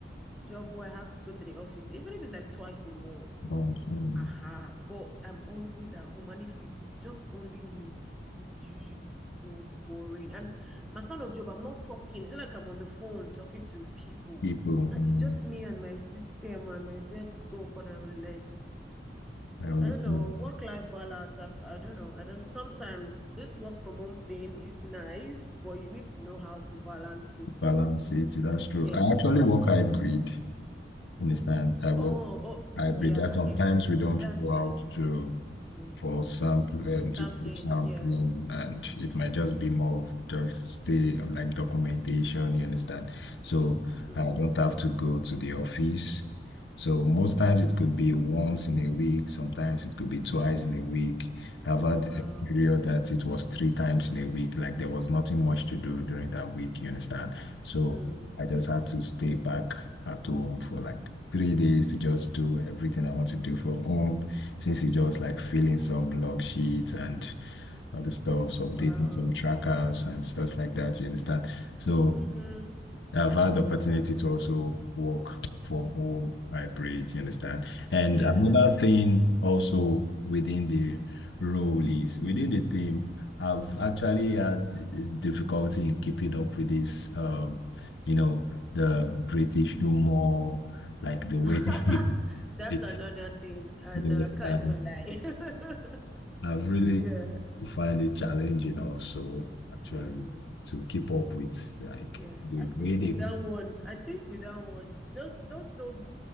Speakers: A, in the centre; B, on the left.
A: job where i have to go to the office even if it's like twice a month
B: But um,
A: uh huh. but I'm always at home, and if it's just only me, it's usually so boring. And my kind of job, I'm not talking. It's not like I'm on the phone talking to people.
B: people,
A: Uh,
B: um,
A: It's just me and my system and my desktop, and I'm like,
B: I understand
A: I don't know, work-life balance. I've, I don't know. I don't know. Sometimes this work from home thing is nice, but you need to know how to balance it
B: balance
A: with
B: it. That's true.
A: exact.
B: I actually work hybrid. Understand? I work
A: Oh, oh,
B: hybrid.
A: yeah.
B: That sometimes
A: If
B: we don't
A: that's
B: go out
A: nice.
B: to.
A: Mm-mm.
B: for sample um, to
A: Sampling,
B: take sampling
A: yeah.
B: and it might just be more of just stay on like documentation, you understand? So
A: Mm.
B: I don't have to go to the office. So most times it could be once in a week, sometimes it could be twice in a week. I've had
A: Wow.
B: a period that it was three times in a week, like there was nothing much to do during that week, you understand? So
A: Mm.
B: I just had to stay back at home for like three days to just do everything I want to do from home since it's just like filling some log sheets and other stuffs, updating
A: Wow.
B: some trackers and stuff like that. You understand? So
A: Mm-hmm.
B: I've had the opportunity to also work from home hybrid, you understand? And
A: Yeah.
B: another thing also within the role is within the team, I've actually had this difficulty in keeping up with this um, you know, the British humor, like the way
A: <laughs>
B: they, <laughs>
A: That's
B: they
A: another thing. Uh,
B: you
A: no,
B: understand
A: I can't even lie. <laughs>
B: I've really
A: Yeah.
B: find it challenging also
A: Mm.
B: actually
A: Mm.
B: to keep up with like
A: Yeah.
B: the
A: I think
B: way they.
A: with that one, I think with that one, just just don't